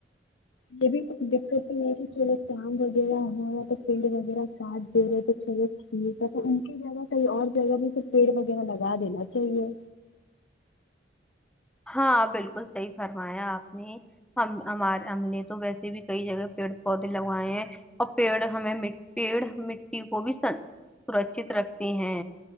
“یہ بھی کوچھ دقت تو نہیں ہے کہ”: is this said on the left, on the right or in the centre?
Left